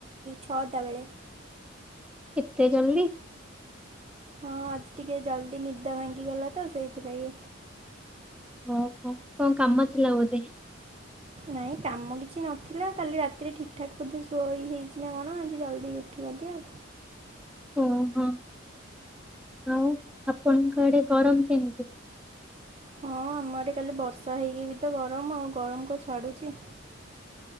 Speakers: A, on the right; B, in the centre.
A: ଛଅଟା ବେଳେ।
B: ଏତେ ଜଲଦି
A: ହଁ ଆଜି ଟିକେ ଜଲ୍ଦି ନିଦ ଭାଙ୍ଗିଗଲା ତ ସେଇଥିପାଇଁ।
B: ଓହୋ କଣ କାମ ଥିଲା ବୋଧେ?
A: ନାଇଁ କାମ କିଛି ନଥିଲା କାଲି ରାତିରେ ଠିକ ଠାକ ବୋଧେ ଶୋଇ ହେଇଛି ନା କଣ ଆଜି ଜଲ୍ଦି ଉଠିଗଲି ଆଉ।
B: ଓହୋ ଆଉ ଆପଣଙ୍କ ଆଡେ ଗରମ କେମତି?
A: ହଁ ଆମ ଆଡେ କାଲି ବର୍ଷା ହେଇକି ବି ତ ଗରମ ଆଉ ଗରମ କଣ ଛାଡ଼ୁଛି।